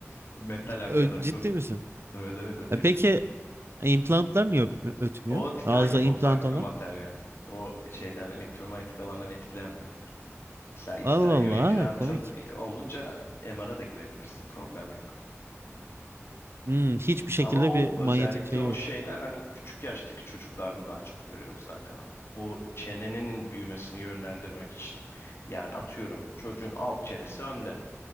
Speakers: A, on the left; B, on the right.
A: Metal arkadaş
B: Ö- Ciddi
A: sonuç.
B: misin?
A: Evet evet ötebilir.
B: E peki e, implantlar niye öp- ötmüyor?
A: O titanyum,
B: Ağızda implant
A: o farklı
B: olan.
A: bir materyal. O şeyden elektromanyetik alandan etkilenmiyorlar. Mesela titanyum
B: Allah Allah
A: implantın
B: ha, komik.
A: e, olunca MR'a da girebilirsin, problem yok.
B: Hmm, hiçbir şekilde
A: Ama o
B: bir manyetik
A: özellikle
B: şey
A: o
B: yok.
A: şeyler hani küçük yaştaki çocuklarda daha çok görüyoruz zaten onu. O çenenin büyümesini yönlendirmek için. Yani atıyorum çocuğun alt çenesi önde.